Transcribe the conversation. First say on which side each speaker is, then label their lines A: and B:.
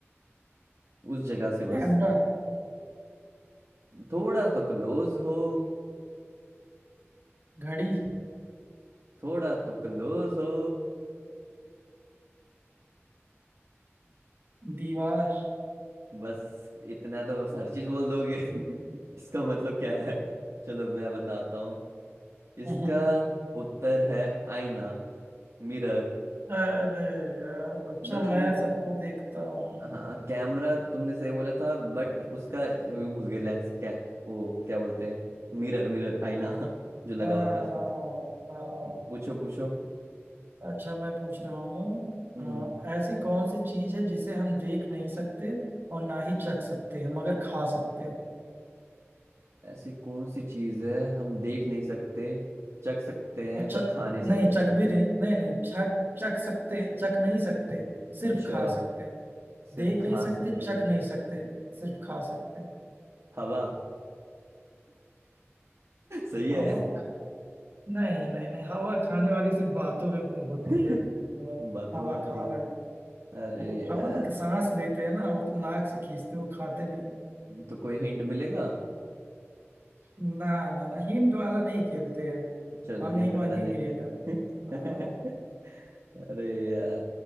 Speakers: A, on the right; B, on the right.
A: उस जगह से बस
B: कैमरा
A: थोड़ा तो क्लोज हो
B: घड़ी
A: थोड़ा तो क्लोज हो
B: दीवार
A: बस इतना तो हर चीज बोल दोगे <laughs> इसका मतलब क्या है चलो मैं बताता हूँ इसका
B: हम्म, हम्म।
A: उत्तर है आईना मिरर
B: अरे यार अच्छा
A: मतलब
B: मैं
A: वो
B: सबको देखता हूँ
A: हाँ कैमरा तुमने सही बोला था बट उसका अ, वो भूल गए लेंस क्या वो क्या बोलते हैं मिरर मिरर आईना <laughs> जो लगा
B: हाँ
A: होता है उसमें
B: हाँ हाँ
A: पूछो पूछो
B: अच्छा मैं पूछ रहा हूँ
A: हम्म
B: हाँ, ऐसी कौन सी चीज है जिसे हम देख नहीं सकते और ना ही चख सकते हैं मगर खा सकते हैं
A: ऐसी कौन सी चीज है हम देख नहीं सकते चख सकते हैं
B: अच्छा
A: पर खा नहीं
B: नहीं
A: सकते
B: चख भी नहीं नहीं नहीं चख चख सकते चख नहीं सकते सिर्फ
A: अच्छा
B: खा सकते
A: सिर्फ
B: देख
A: खा
B: नहीं सकते
A: सकते
B: चख
A: हैं।
B: नहीं सकते सिर्फ खा सकते
A: हवा <laughs> सही है
B: हवा खा नहीं नहीं नहीं हवा खाने वाली सिर्फ बातों में होती
A: <laughs>
B: है मतलब
A: बातों
B: हवा
A: में होती
B: खा
A: है
B: रहे हैं
A: अरे
B: हाँ,
A: यार
B: हवा तो सांस लेते हैं ना वो तो नाक से खींचते हो खाते नहीं
A: तो कोई हिंट मिलेगा
B: ना ना ना हिंट वाला नहीं खेलते हैं
A: चलो
B: हम
A: हिंट
B: नहीं मांगेंगे
A: वाला नहीं खेल
B: हिंट हाँ
A: <laughs> अरे यार